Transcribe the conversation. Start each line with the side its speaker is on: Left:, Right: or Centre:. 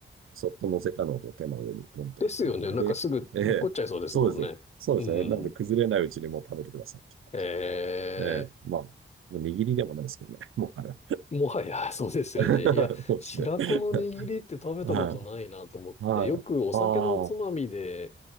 Right: そっと乗せたのと手の上にトントンってくれるんで、
Left: ですよね。なんかすぐ落っこっちゃいそうですもんね。
Right: ええ、そうです。そうですね。
Left: うん。
Right: なんで崩れないうちにもう食べてくださいって感じ。
Left: え
Right: ええ、まあ、もう握りでもないですけどね。<laughs> もうあれは。
Left: ー、もはや、<laughs> そうですよね。
Right: <laughs>
Left: いや、
Right: そうですね。
Left: 白子の握りって食べたことないなと思って、
Right: <laughs> はい。はい。
Left: よくお酒のおつまみで、
Right: ああ。